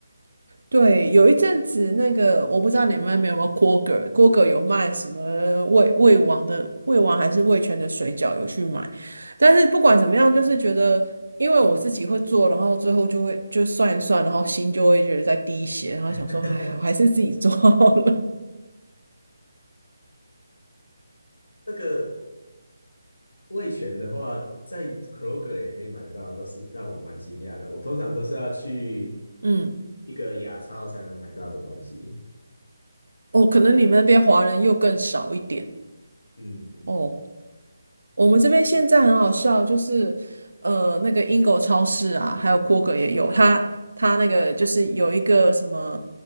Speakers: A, on the right; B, on the left.
A: 对，有一阵子那个，我不知道你们那边有没有 Kroger，Kroger 有卖什么味味王的味王还是味全的水饺，有去买。但是不管怎么样，就是觉得，因为我自己会做，然后最后就会就算一算，然后心就会觉得在滴血，然后想说，
B: <laughs>
A: 哎，我还是自己做好了。
B: 那个味全的话，在 Kroger 也可以买得到，都是让我蛮惊讶的。我通常都是要去
A: <laughs> 嗯，
B: 一个亚超才能买到的东西。
A: 哦，可能你们那边华人又更少一点。
B: 嗯嗯。
A: 哦，我们这边现在很好笑，就是呃，那个英狗超市啊，还有 k r 也有，它它那个就是有一个什么